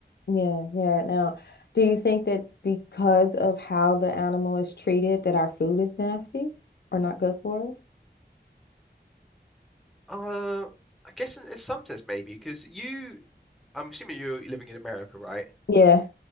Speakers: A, on the left; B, in the centre.
A: Yeah, yeah. Now, do you think that because of how the animal is treated that our food is nasty or not good for us?
B: Uh, I guess in, in some sense maybe because you, I'm assuming you're living in America, right?
A: Yeah.